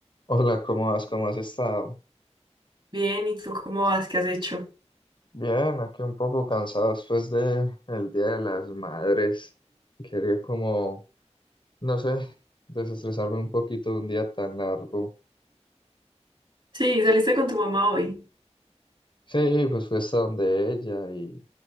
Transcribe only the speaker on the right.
Bien, ¿y tú cómo vas? ¿Qué has hecho?
Sí, saliste con tu mamá hoy.